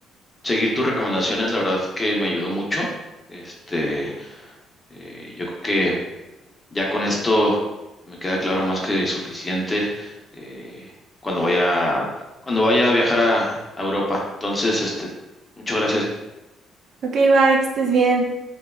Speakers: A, on the left (about 20°); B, on the right (about 60°).
A: seguir tus recomendaciones, la verdad que me ayudó mucho. Este, eh, yo creo que ya con esto me queda claro más que suficiente eh, cuando vaya, cuando vaya a viajar a, a Europa. Entonces, este, muchas gracias.
B: Ok, bye, que estés bien.